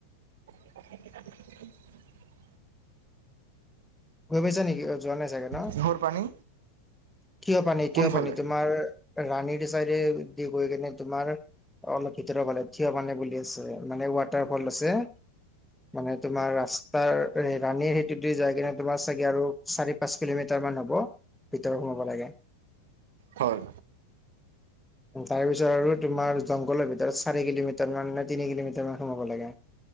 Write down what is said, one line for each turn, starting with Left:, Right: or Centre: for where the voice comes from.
Right: <unintelligible>
Centre: গৈ পাইছা নেকি অ যোৱা নাই চাগে ন
Right: কিহৰ পানী
Centre: কিয় পানী
Right: কোনফালে
Centre: কিয় পানী তোমাৰ ৰাণীৰ চাইডে দি গৈ কিনে তোমাৰ অলপ ভিতৰ ফালে থিয় মানে বুলি আ মানে ৱাটাৰ ফল আছে মানে তোমাৰ ৰা তাৰ ৰাণীৰ সেইটো দু যায় কিনে তোমাৰ চাগে আৰু চাৰি পাঁচ কিলোমিটাৰ মান হ'ব ভিতৰত সোমাব লাগে
Right: হয়
Centre: তাৰ পিছত আৰু তোমাৰ জংঘলৰ ভিতৰত চাৰি কিলোমিটাৰ মান নে তিনি কিলোমিটাৰ মান সোমাব লাগে